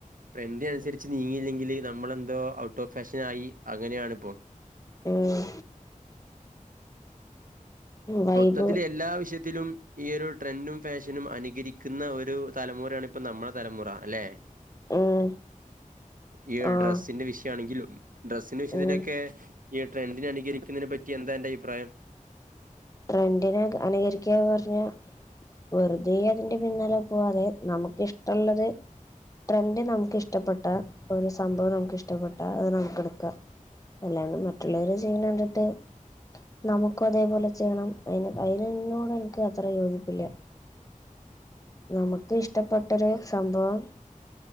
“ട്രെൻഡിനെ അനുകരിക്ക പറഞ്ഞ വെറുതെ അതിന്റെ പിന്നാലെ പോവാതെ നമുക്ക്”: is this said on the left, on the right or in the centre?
Left